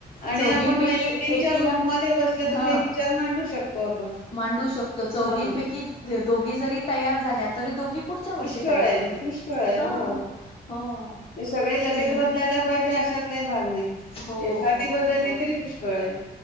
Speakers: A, on the left; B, on the left.
A: आणि
B: चौघींपैकी
A: आपण मैत्रिणींच्या
B: एकीला
A: ग्रुपमध्ये बसलं
B: हां
A: तर हे विचार मांडू शकतो आपण.
B: मांडू शकतो. चौघींपैकी
A: हां.
B: दोघी जरी तयार झाल्या तरी दोघी पुढच्या वर्षी
A: पुष्कळ
B: तयार
A: आहे,
B: होतील.
A: पुष्कळ आहे.
B: हां
A: हो.
B: हो.
A: ते सगळे लगेच
B: ठीक
A: बदलायला पाहिजे अशातलाही भा एखादी
B: हो हो
A: बदलली
B: बरं
A: तरी पुष्कळये